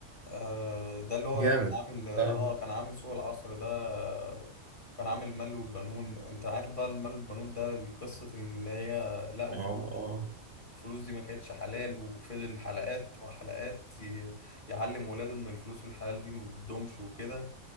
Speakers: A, on the left (about 40°); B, on the right (about 45°).
A: آه، ده اللي هو
B: جامد
A: كان عامل اه
B: اه
A: كان عامل سوق العصر ده آه، كان عامل المال والبنون انت عارف بقى المال والبنون ده القصه اللي هي لقوا
B: اه
A: فلوس
B: اه
A: وفلوس دي ما كانتش حلال وفضل حلقات وحلقات ي- يعلم ولاده ان الفلوس الحلال دي ما بتدومش وكده